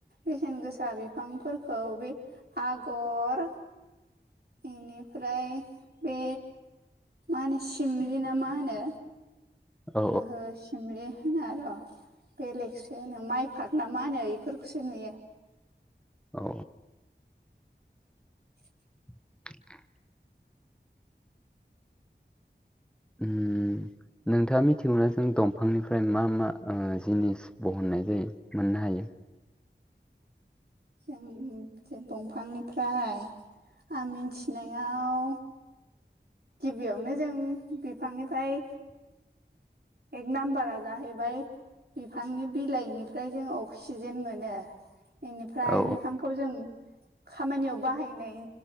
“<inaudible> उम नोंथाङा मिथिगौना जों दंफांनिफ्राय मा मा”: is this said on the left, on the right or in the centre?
Centre